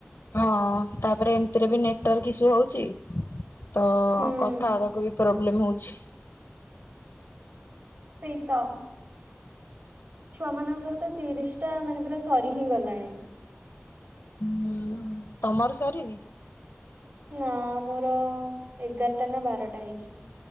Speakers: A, on the left; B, on the right.
A: ହଁ ତାପରେ ଏମିତିରେ ବି ନେଟୱାର୍କ ଇସୁ ହଉଛି। ତ
B: ହୁଁ
A: କଥା ହବାକୁ ବି ପ୍ରୋବ୍ଲେମ ହଉଛି।
B: ସେଇ ତ ଛୁଆ ମାନଙ୍କର ତ ତିରିଶ ଟା ମାନେ ପୁରା ସରି ହିଁ ଗଲାଣି।
A: ହଁ ତମର ସରିନି
B: ନା ମୋର ଏଗାରଟା ନା ବାରଟା ହେଇଛି।